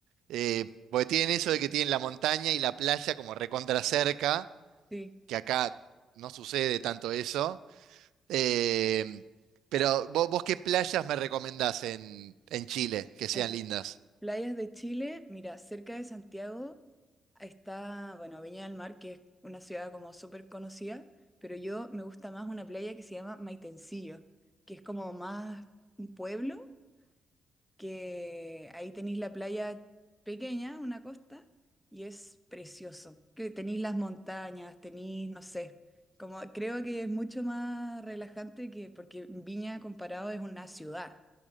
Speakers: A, on the right (about 70°); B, in the centre.
A: Eh, porque tienen eso de que tienen la montaña y la playa como recontra cerca,
B: Sí.
A: que acá no sucede tanto eso. Eh, pero ¿vo- vos, qué playas me recomendás en, en Chile que sean
B: Hay
A: lindas?
B: playas de Chile. Mira, cerca de Santiago. Está, bueno, Viña del Mar, que es una ciudad como súper conocida, pero yo me gusta más una playa que se llama Maitencillo, que es como más un pueblo, que ahí tenéis la playa pequeña, una costa, y es precioso. Que tenéis las montañas, tenéis, no sé, como creo que es mucho más relajante que porque Viña comparado es una ciudad.